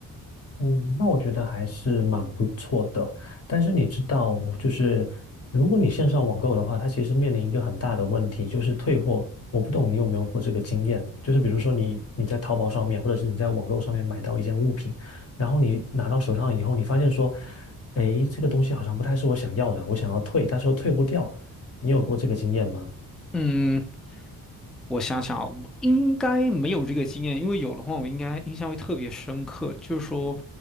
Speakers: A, on the left; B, in the centre.
A: 嗯，那我觉得还是蛮不错的。但是你知道，就是如果你线上网购的话，它其实面临一个很大的问题，就是退货。我不懂你有没有过这个经验，就是比如说你你在淘宝上面，或者是你在网购上面买到一件物品，然后你拿到手上以后，你发现说，诶，这个东西好像不太是我想要的，我想要退，但是又退不掉。你有过这个经验吗？
B: 嗯，我想想啊，我应该没有这个经验，因为有的话我应该印象会特别深刻。就是说，